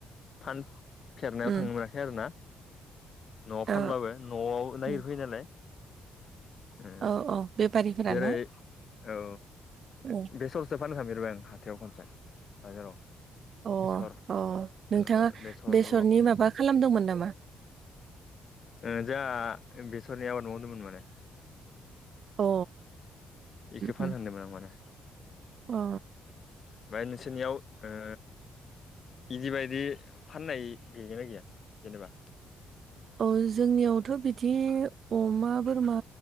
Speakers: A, on the left; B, on the right.
A: फानफेरनायाव
B: उम
A: थांनो मोनाखै आरो ना। न'आव
B: औ
A: फानब्लाबो न'आव नायगिरफैयो
B: उम
A: नालाय। ओ
B: औ औ बेफारिफोरा
A: जेरै
B: ना
A: औ
B: उम
A: बेसरसो फानखां फेरबाय आं हाथायाव खनसे बाजाराव
B: अ
A: बेसर
B: अ
A: ओ
B: नोंथाङा
A: बेसरल'
B: बेसरनि
A: फानोमोनलाय
B: माबा खालामदोंमोन नामा?
A: ओ जाहा बेसरनि आबाद मावदोंमोन माने
B: अ
A: इखो फान
B: उम
A: हैदों आं माने।
B: अ
A: ओमफ्राय नोंसोरनियाव ओ इदि बायदि फाननाय गैगोना गैया जेनेबा?
B: अ जोंनियावथ' बिदि अमा बोरमा